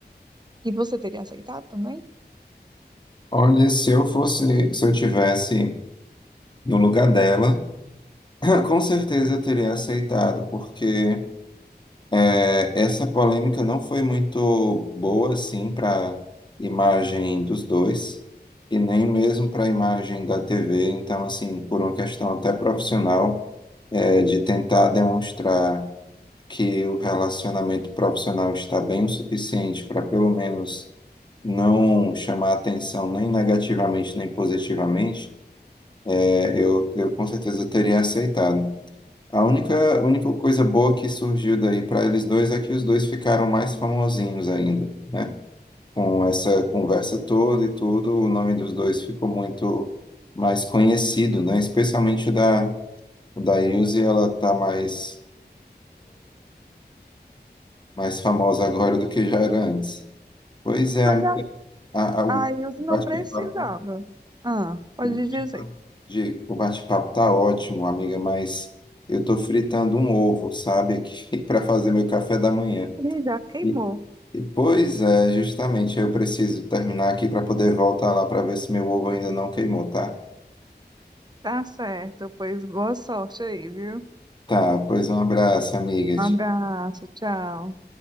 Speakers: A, on the right (about 25°); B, on the left (about 25°).
A: E você teria aceitado também?
B: Olha, se eu fosse, se eu tivesse no lugar dela, <clears throat> com certeza eu teria aceitado, porque É, essa polêmica não foi muito boa, assim, para imagem dos dois, e nem mesmo para a imagem da TV. Então, assim, por uma questão até profissional, é, de tentar demonstrar que o relacionamento profissional está bem o suficiente para, pelo menos, não chamar atenção nem negativamente nem positivamente, é, eu, eu com certeza teria aceitado. A única, única coisa boa que surgiu daí para eles dois é que os dois ficaram mais famosinhos ainda, né? Com essa conversa toda e tudo, o nome dos dois ficou muito mais conhecido, né? Especialmente o da, o da Ilse, ela tá mais, mais famosa agora do que já era antes. Pois é,
A: Mas
B: amiga,
A: a-
B: a, a- o
A: aí eu
B: bate-papo
A: não precisava. Ah, pode
B: o bate-papo
A: dizer.
B: de- o bate-papo tá ótimo, amiga, mas eu tô fritando um ovo, sabe, aqui <laughs> para fazer meu café da manhã.
A: Ele já queimou.
B: E- e- Pois é, justamente, eu preciso terminar aqui para poder voltar lá para ver se meu ovo ainda não queimou, tá?
A: Tá certo, pois boa sorte aí, viu?
B: Tá, pois um abraço, amiga.
A: Um abraço, tchau.